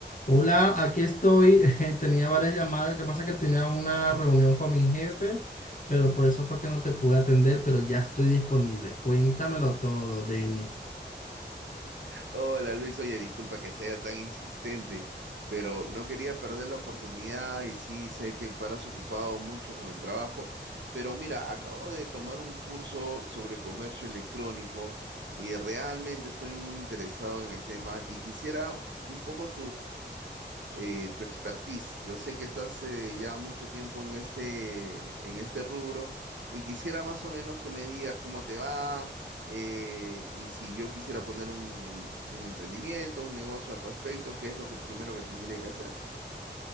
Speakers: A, on the left; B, on the right.
A: Hola, aquí estoy. <laughs> Eh, Tenía varias llamadas. Lo que pasa es que tenía una reunión con mis jefes, pero por eso fue que no te pude atender, pero ya estoy disponible. Cuéntamelo todo, Denis.
B: Hola Luis, oye, disculpa que sea tan insistente, pero no quería perder la oportunidad y sí sé que paras ocupado mucho con el trabajo, pero mira, acabo de tomar un curso sobre comercio electrónico y realmente estoy muy interesado en el tema y quisiera un poco eh, tu expertise. Yo sé que estás eh, ya mucho tiempo en este, en este rubro y quisiera más o menos que me digas cómo te va eh, y si yo quisiera poner un, em- un emprendimiento, un negocio al respecto, ¿qué es lo que primero que tendría que hacer? no?